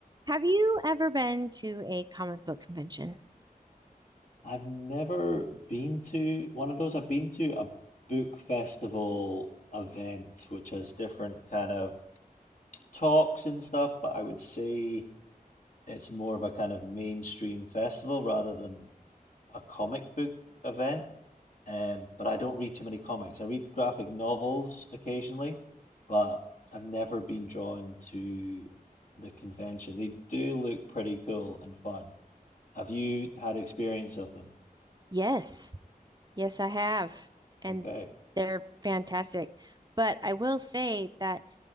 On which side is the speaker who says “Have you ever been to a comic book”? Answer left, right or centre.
Right